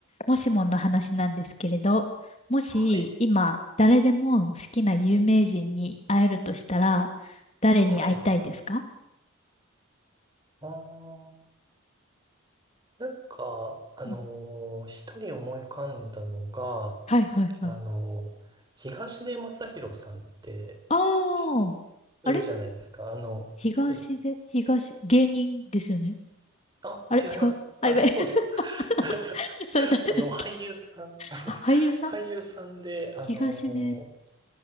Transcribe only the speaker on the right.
はい。
はい。あーなんか、あのー一人思い浮かんだのが、
あのー東出昌大さんってし
いるじゃないですか。
あの、
はい。
あ、
違います。
あの、
<laughs>
あの俳優さん
<laughs>
俳優さんで、あのー